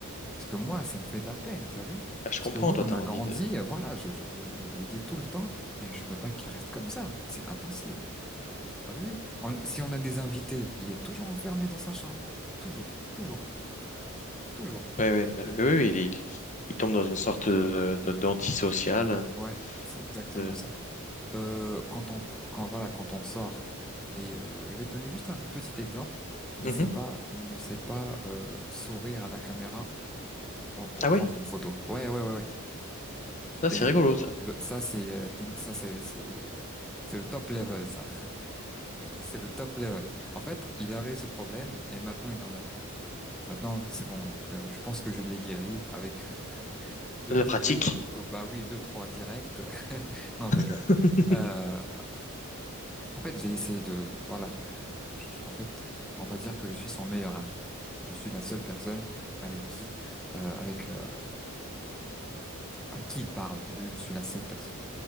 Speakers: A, in the centre; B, on the left (about 35°).
A: Parce que moi, ça me fait de la peine, t'as vu?
B: bah, je
A: Parce
B: comprends,
A: que nous,
B: toi,
A: on
B: t'as
A: a
B: envie
A: grandi,
B: de.
A: euh, voilà, je, je, je- je lui dis tout le temps, mais je veux pas qu'il reste comme ça, c'est impossible, t'as vu? On- si on a des invités, il est toujours enfermé dans sa chambre, toujours, toujours, toujours.
B: Ouais, ouais, mais- oui, oui, il, est- il tombe dans une sorte de, de- d'antisocial.
A: Ouais, c'est exactement
B: De...
A: ça. Euh, quand on, quand voilà, quand on sort, et euh, je vais te donner juste un petit exemple,
B: Mhm.
A: il sait pas, il ne sait pas euh, sourire à la caméra pour, pour
B: Ah
A: prendre
B: ouais,
A: une photo. Ouais, ouais, ouais, ouais.
B: ça,
A: Et
B: c'est rigolo, ça.
A: le- ça, c'est euh, l'im- ça c'est c'est c'est le top level, ça. <laughs> C'est le top level. En fait, il avait ce problème et maintenant, il en a plus. Maintenant, c'est bon. Donc, euh, je pense que je l'ai guéri avec euh, deux,
B: La pratique.
A: deux, oh, bah oui, deux, trois directs. <laughs> Non, je rigole.
B: <laughs>
A: Euh, en fait, j'ai essayé de, de- voilà, donc, euh, je- je- en fait, on va dire que je suis son meilleur ami. Je suis la seule personne avec qui, euh, avec, euh, avec qui il parle. T'as vu, je suis la seule personne.